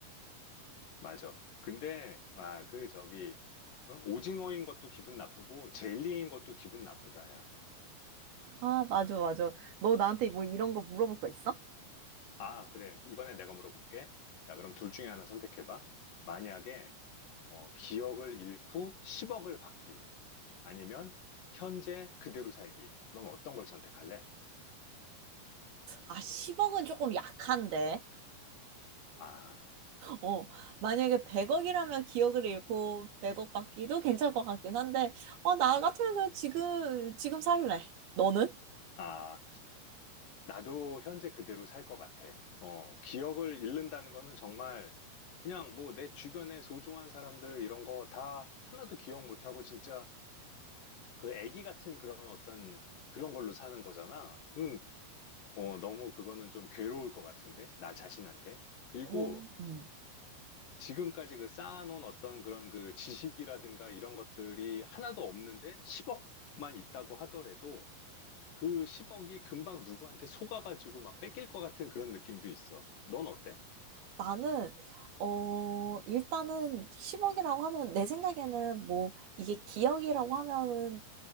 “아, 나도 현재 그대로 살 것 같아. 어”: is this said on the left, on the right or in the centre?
Left